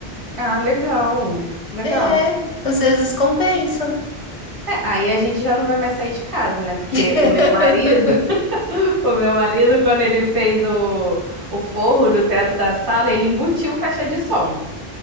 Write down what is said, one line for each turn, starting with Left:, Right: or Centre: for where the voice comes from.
Right: Ah, legal. Legal.
Left: É, Às vezes compensa.
Right: É, aí a gente já não vai mais sair de casa, né? Porque
Left: <laughs>
Right: o meu marido, <laughs> o meu marido, quando ele fez o, o forro do teto da sala, ele embutiu caixa de som.